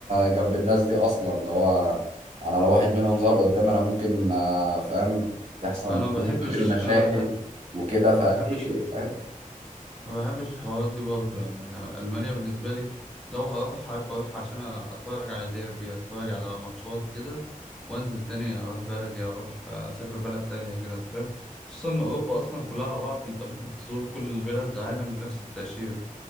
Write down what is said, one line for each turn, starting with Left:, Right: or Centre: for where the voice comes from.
Right: جنب الناس دي اصلا اللي هو انا لو واحد منهم ظهر قدامي انا ممكن آه، فاهم تحصل
Centre: أنا
Right: ما
Centre: ما
Right: بينه
Centre: بحبش
Right: مشاكل
Centre: أنا بح...
Right: وكده فايه
Centre: ما بحبش
Right: فاهم
Centre: ما بحبش الحوارات دي برضه يعني أنا ألمانيا بالنسبة لي لو هروح هبقى أروح عشان أتفرج على ديربي أتفرج على ماتشات كده وأنزل تاني أروح بلدي أروح آه، أسافر بلد تانية كده أنت فاهم خصوصا إن أوروبا أصلا كلها على بعض أنت ممكن تزور كل بلاد العالم بنفس التأشيرة